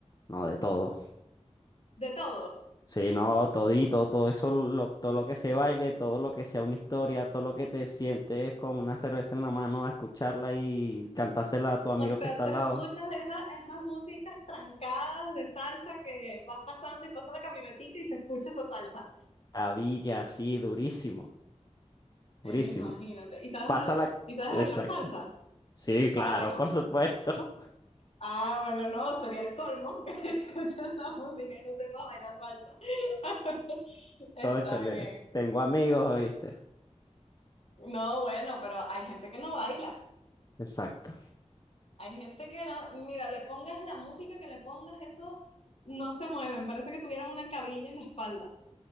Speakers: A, on the left; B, on the left.
A: No, de todo.
B: ¿De todo?
A: Sí, no, todito, todo eso, lo- todo lo que se baile, todo lo que sea una historia, todo lo que te sientes con una cerveza en la mano a escucharla y cantársela a tu amigo
B: O sea,
A: que está
B: tú
A: al
B: escuchas
A: lado.
B: esas, esas músicas trancadas de salsa que vas pasando y pasa la camionetica y se escucha esa salsa.
A: A Villa, sí, durísimo, durísimo.
B: Eh, imagínate. ¿Y sabes,
A: Pásala.
B: ba- y sabes
A: Exacto.
B: bailar salsa?
A: Sí, claro,
B: ¿Para bailarla?
A: por supuesto. <laughs>
B: Ah, bueno, no, sería el colmo <laughs> que escuches la música y no sepas bailar salsa. <laughs> Está
A: Cónchale,
B: bien.
A: tengo amigos, ¿oíste?
B: No, bueno, pero hay gente que no baila.
A: Exacto.
B: Hay gente que no, mira, le pongas la música que le pongas, eso no se mueven. Parece que tuvieran una cabilla en la espalda.